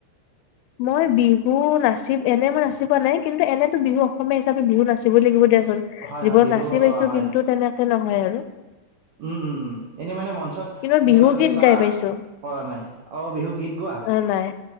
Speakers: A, on the left (about 85°); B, on the right (about 75°).
A: মই বিহু নাচি এনেই মই নাচি পোৱা নাই কিন্তু এনেতো বিহু অসমীয়া হিচাপে বিহু নাচিবই লাগিব দিয়া
B: হয়
A: জীৱন
B: হয় বিহু
A: নাচি পাইছো
B: অ হয়
A: কিন্তু তেনে নহয় আৰু
B: উম উম উম এনেই মানে মন <unintelligible> ত
A: কিন্তু মই
B: এনেকুৱাকে
A: বিহু গীত
B: বা
A: গাই পাইছো
B: কৰা নাই অ বিহু গীত গোৱা
A: অ' নাই।